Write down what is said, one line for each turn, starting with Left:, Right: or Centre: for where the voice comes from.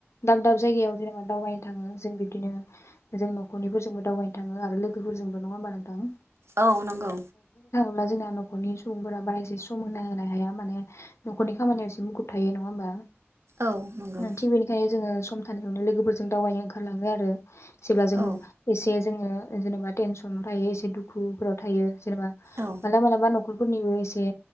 Left: दाब दाब जायगायाव जेनेबा दावबायनो थाङो जों बिदिनो जों न'खरनिफोरजोंबो दावबायनो थाङो आरो लोगोफोरजों नङा होमबा नोंथां
Right: औ नंगौ
Left: अब्ला जोंना न'खरनि सुबुंफोरा बारा एसे सम होनो हाया माने न'खरनि खामानियाव एसे मुखुब थायो नङा होमबा
Right: औ नंगौ
Left: थिग बेनिखायनो जोङो सम थानायावनो लोगोफोरजों दावबायनो ओंखारलाङो आरो जेब्ला जों
Right: औ
Left: एसे जोङो जेनेबा टेनसनाव थायो एसे दुखुफोराव थायो जेनेबा
Right: औ
Left: मालाबा मालाबा नखरफोरनिबो एसे